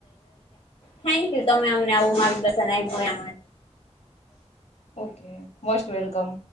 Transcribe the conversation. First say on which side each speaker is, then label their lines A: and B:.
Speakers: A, on the left; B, on the left.
A: થેન્કયુ તમે અમને આવું માર્ગદર્શન <unintelligible>
B: ઓકે. Most welcome.